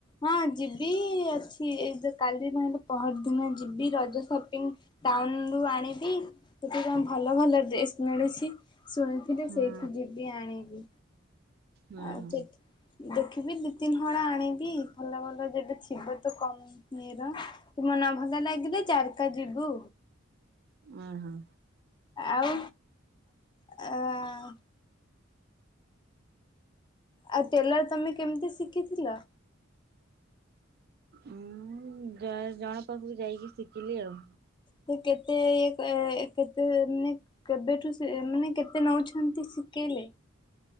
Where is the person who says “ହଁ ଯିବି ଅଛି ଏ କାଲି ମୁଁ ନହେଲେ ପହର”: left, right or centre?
Left